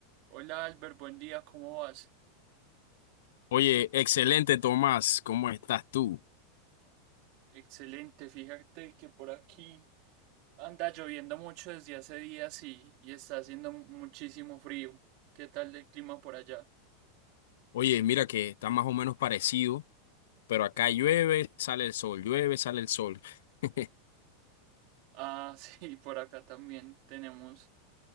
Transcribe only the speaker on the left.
Oye, excelente Tomás, ¿cómo estás tú?
Oye, mira que está más o menos parecido, pero acá llueve, sale el sol, llueve, sale el sol. <laughs>